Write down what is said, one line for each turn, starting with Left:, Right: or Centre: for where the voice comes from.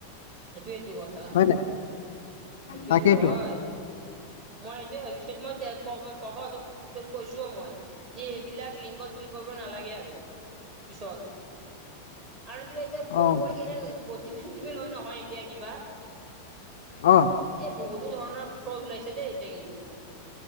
Right: সেইটোৱেইটো কথা,
Left: হয় নাই
Right: সেইটোেটো
Left: তাকেইতো
Right: হয়। মই সেইটো পিছত মই ক- ককাহঁতক পিছত কৈছোও মই যে এইবিলাক লিংগত কৰিব নালাগে আৰু। পিছত আৰু কিবা এতিয়া ফোন
Left: অঁ
Right: কৰি কিনে অিিপিল হয় নহয় <inaudible> এতিয়া কিবা।
Left: অঁ।
Right: এই বহুতো ধৰণৰ ওলাইছে দেই এতিয়া কিন্তু <inaudible>